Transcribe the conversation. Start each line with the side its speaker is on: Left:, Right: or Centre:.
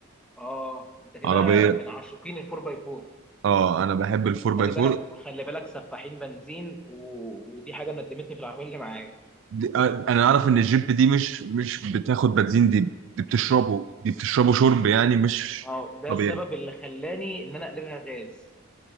Centre: اه انت كده
Right: عربيه
Centre: من عاشقين الفور باي فور
Right: اه انا بحب الفور باي
Centre: خلي
Right: فور
Centre: بالك خلي بالك سفاحين بنزين و... ودي حاجه ندمتني في العربيه اللي معايا
Right: دي- آه، انا اعرف ان الجيب دي مش مش بتاخد بنزين دي دي بتشربه دي بتشربه شرب يعني مش
Centre: اه ده
Right: طبيعي
Centre: السبب اللي خلاني ان انا اقلبها غاز